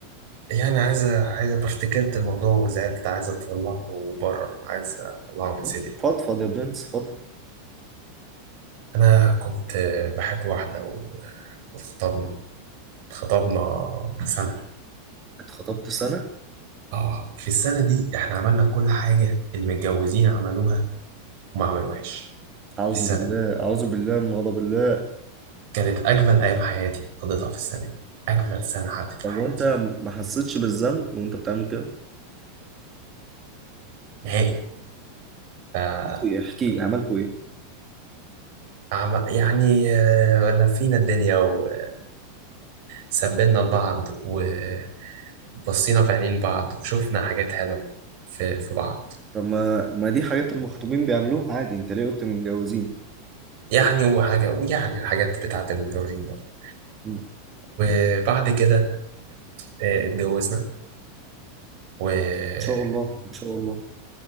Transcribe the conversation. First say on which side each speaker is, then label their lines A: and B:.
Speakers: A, on the right; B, on the right.
A: يعني عايزه عايزه افتكرت الموضوع وزعلت عايزه اطلعه بره عايزه اطلعه من صدري
B: لا. فضفض يا برنس فضفض
A: انا كنت بحب واحده و- واتخطبنا اتخطبنا سنه
B: اتخطبت سنه
A: اه في السنه دي احنا عملنا كل حاجه المتجوزين عملوها وما عملوهاش
B: اعوذ
A: في السنه
B: بالله اعوذ بالله من غضب الله
A: كانت أجمل أيام حياتي قضيتها في السنة دي أجمل سنة عدت في
B: طب
A: حياتي
B: وانت ما حسيتش بالذنب وانت بتعمل كده
A: نهائي ف آه،
B: عملت ايه احكي لي عملت ايه
A: أعم- يعني آه، لفينا الدنيا و- وسبنا لبعض وبصينا في عينين بعض وشفنا حاجات حلوة في في بعض
B: طب ما ما دي حاجات المخطوبين بيعملوها عادي انت ليه قلت متجوزين
A: يعني وحاجة ويعني الحاجات بتاعت المتجوزين برضه
B: مم. ان
A: وبعد كده آه، اتجوزنا وقررنا
B: شاء الله ان شاء الله